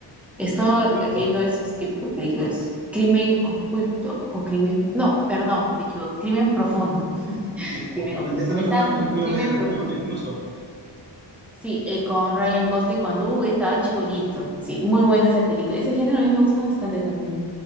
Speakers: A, in the centre; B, on the right (about 25°).
A: He estado
B: De culto.
A: viendo esos tipos de películas. Crimen oculto o crimen... No, perdón, me equivoco. Crimen profundo.
B: Que me
A: Crimen
B: confundí.
A: oculto.
B: Vendría siendo
A: Me estaba
B: como una
A: como...
B: película
A: Crimen
B: medio de
A: profundo.
B: culto, incluso.
A: Sí, eh, con Ryan Gosling cuando uh, estaba chibolito. Sí, muy buena esa película. Ese género a mí me gusta bastante también.